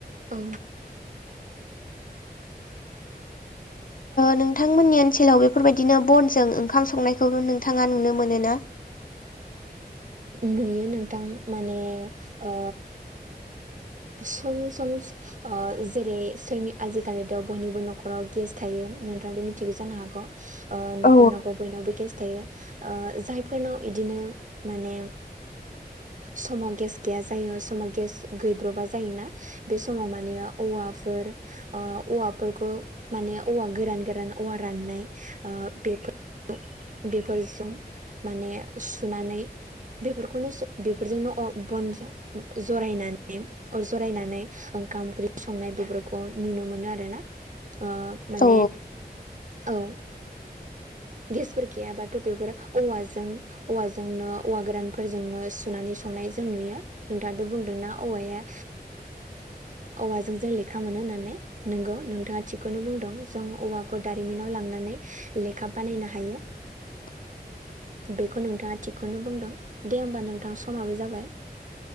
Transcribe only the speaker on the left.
नोंथांमोननि ओनसोलाव बेफोरबायदिनो बनजों ओंखाम संनायखौ नोंथाङा नुनो मोनो ना
औ
औ
<inaudible>